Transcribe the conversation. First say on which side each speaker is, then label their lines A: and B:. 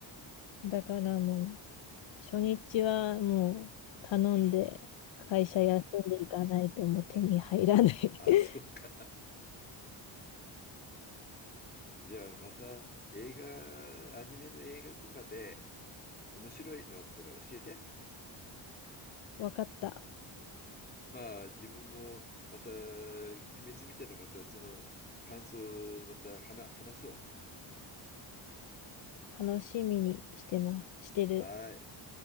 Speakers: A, on the left; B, on the left.
A: だからもう、初日はもう頼んで会社休んでいかないともう手に入らない <laughs>
B: あ、そうか。じゃあまた映画、アニメの映画とかで面白いのあったら教えて。
A: わかった。
B: まあ自分もまた、鬼滅みたいなまたその感想をまた話、話そ
A: 楽しみにしてます。してる。
B: う。はい。